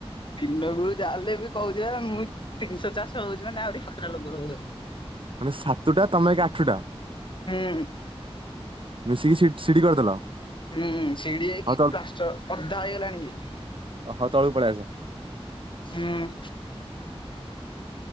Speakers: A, on the left; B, on the right.
A: ଦିନକୁ ଯାହା ହେଲେ ବି କହୁଛି ବା ମୁଁ ତିନଶହ ଚାରଶହ ହଉଛି ମାନେ ଆହୁରି ସାତଟା ଲୋକର। <unintelligible>
B: ମାନେ ସାତୁଟା ତମେ ଏକ ଆଠୁଟା?
A: ହୁଁ।
B: ମିଶିକି ସିଡ୍ ସିଡି କରିଦେଲ?
A: ହୁଁ, ସିଡି ହେଇକି
B: ହଉ ତଳ
A: ପ୍ଲାଷ୍ଟର ଅଧା ହେଇଗଲାଣି ଇଏ।
B: ହଉ ତଳକୁ ପଳେଇ ଆସ
A: ହୁଁ।